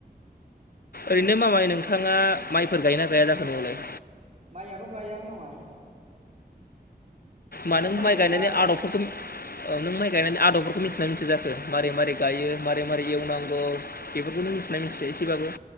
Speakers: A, on the left; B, on the right.
A: ओरैनो मामाय नोंथाङा माइफोर गाय ना गैया जाखो नोंलाय
B: मायाथ गाया मामाय जोंहाथ'
A: मानो माइ
B: गाया
A: गायनाय आदाबफोरखौ औ नों माइ गायनानै आदबफोरखौ मिथिना मिथि जाखो मारै मारै गायो मारै मारै एवनांगौ बेफोरखौ नों मिथिनाय मिथियो एसेबाबो